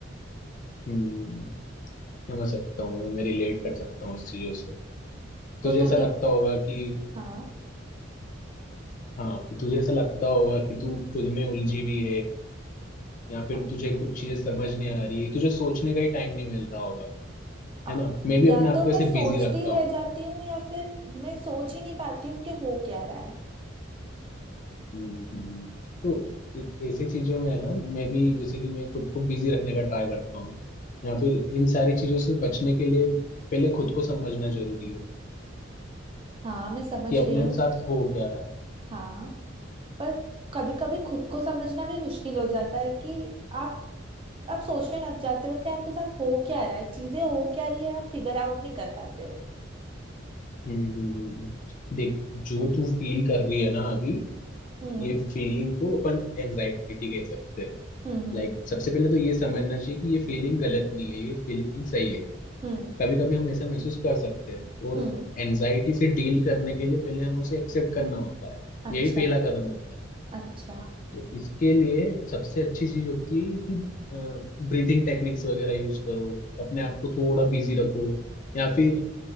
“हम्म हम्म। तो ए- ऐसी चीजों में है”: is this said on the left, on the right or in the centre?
Left